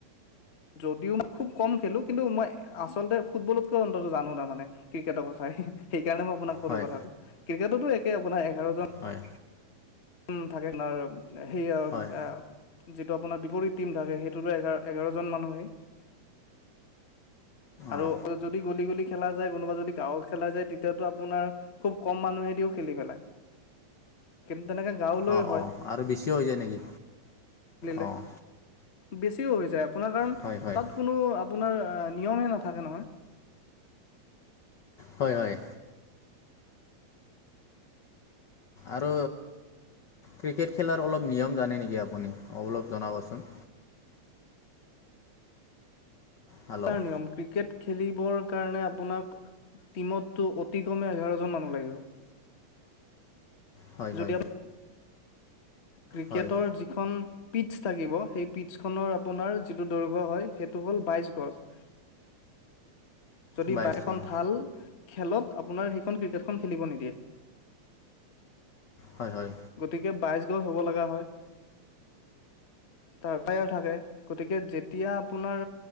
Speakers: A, on the left; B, on the left.
A: যদিও মই খুব কম খেলো। কিন্তু মই আচলতে ফুটবলতকৈ অন্তত জানোঁ, তাৰ মানে ক্ৰিকেটৰ কথাই, সেইকাৰণে মই আপোনাক ক'লো
B: হয়
A: কথাটো। ক্ৰিকেটতো একে আপোনাৰ এঘাৰজন
B: হয়।
A: উম, থাকে না, সেইয়া
B: হয়
A: আ যিটো আপোনাৰ বিপৰীত টিম থাকে, সেইটোতো এঘাৰ-এঘাৰজন মানুহে আৰু
B: অঁ
A: অকল যদি গলি গলি খেলা যায়, কোনোবা যদি গাঁও খেলা যায়, তেতিয়াতো আপোনাৰ খুব কম মানুহে দিওঁ, খেলি পেলাই। কিন্তু তেনেকে গাঁৱলৈ
B: অঁ
A: হয়।
B: অঁ আৰু বেছিও হৈ যায় নেকি
A: খেলিলে
B: অঁ
A: বেছিও হৈ যায় আপোনাৰ কাৰণ
B: হয় হয়
A: তাত কোনো আপোনাৰ এ, নিয়মে নাথাকে নহয়।
B: হয়', হয়। আৰু, ক্ৰিকেট খেলাৰ অলপ নিয়ম জানে নেকি? আপুনি অলপ জনাবচোন হেল্ল'
A: কাৰ নিয়ম ক্ৰিকেট? খেলিবৰ কাৰণে আপোনাক, টিমতটো, অতি কমে এঘাৰ জন মানুহ লাগিব।
B: হয়',
A: যদি
B: হয়।
A: আপ ক্ৰিকেটৰ
B: হয়
A: যিখন পিটছ থাকিব সেই পিটছখনৰ আপোনাৰ যিটো দৈৰ্ঘ্য হয় সেইটো হ'ল বাইছ গচ যদি
B: বাইছ
A: বা এখন
B: অঁ
A: ভাল, খেলত আপোনাৰ সেইখন ক্ৰিকেট খন খেলিব নিদিয়ে
B: হয়, হয়।
A: গতিকে বাইছ গছ হ'ব লগা হয়। তাৰপৰাই থাকে। গতিকে যেতিয়া আপোনাৰ,